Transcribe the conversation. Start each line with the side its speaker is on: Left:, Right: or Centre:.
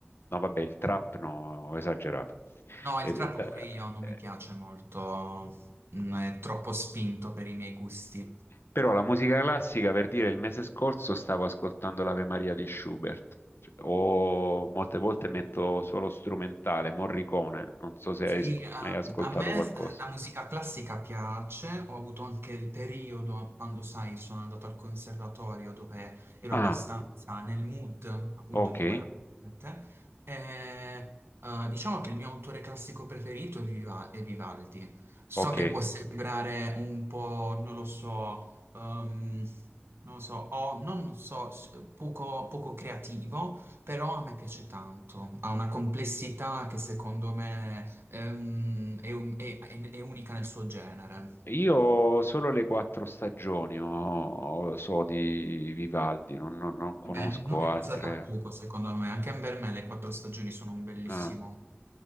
Left: No, vabbè, il trap no, ho esagerato.
Right: No,
Left: Ed-
Right: il trap
Left: ed-
Right: pure io non
Left: eh,
Right: mi piace molto, mm, è troppo spinto per i miei gusti.
Left: Però la musica classica, per dire, il mese scorso stavo ascoltando l'Ave Maria di Schubert, Cioè, o molte volte metto solo strumentale, Morricone, non so se
Right: Sì,
Left: hai sc-
Right: ehm,
Left: mai ascoltato
Right: a me
Left: qualcosa.
Right: eh, la musica classica piace, ho avuto anche il periodo quando, sai, sono andato al conservatorio dove ero
Left: Ah,
Right: abbastanza nel mood appunto
Left: ok,
Right: di quell'ambiente. E, eh, diciamo che il mio autore classico preferito è Viva- è Vivaldi. So
Left: ok.
Right: che può sembrare un po', non lo so, ehm, non lo so, o non so, s- poco poco creativo, però a me piace tanto, ha una complessità che secondo me Ehm, è, un- è- è- è unica nel suo genere.
Left: Io solo le quattro stagioni ho- ho- so di Vivaldi, non, non- non conosco
Right: Beh, non è
Left: altre.
Right: cosa da poco, secondo me. Anche per me le quattro stagioni sono un bellissimo...
Left: Ah.